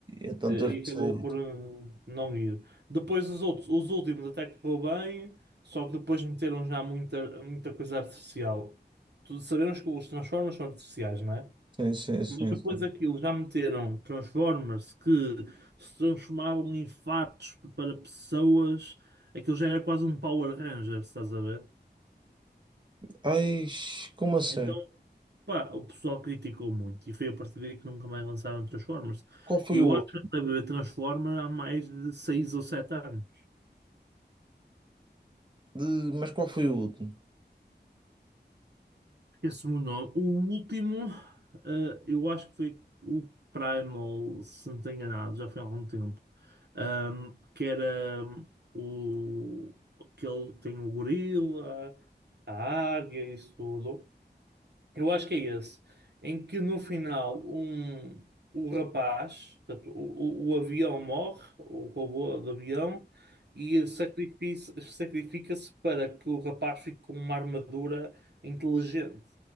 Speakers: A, on the right (about 25°); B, on the right (about 70°).
A: é tanta
B: eh, e
A: coisa.
B: acabou por eh, não ir. Depois os outros, os últimos até que correu bem, só que depois meteram já muita, muita coisa artificial. Tu sabemos que os Transformers são artificiais, não é?
A: Sim, sim, sim.
B: Mas depois
A: sim.
B: aquilo já meteram Transformers que se transformavam em fatos para pessoas, aquilo já era quase um Power Ranger, estás a ver?
A: Ai, como assim?
B: Então, pá, o pessoal criticou muito e foi a partir daí que nunca mais lançaram Transformers.
A: Qual foi
B: E eu
A: o
B: acho
A: outro?
B: que a ver Transformers há mais de 6 ou 7 anos.
A: De- mas qual foi o último?
B: esse me o nome. O último, eh, eu acho que foi o Primal, se não estou enganado, já foi há algum tempo. ahm, que era o aquele que tem o gorila, a águia, isso tudo. Eu acho que é esse, em que no final um, o rapaz, portanto, o, o- o avião morre, o robô do avião, e sacrifi- sacrifica-se para que o rapaz fique com uma armadura inteligente.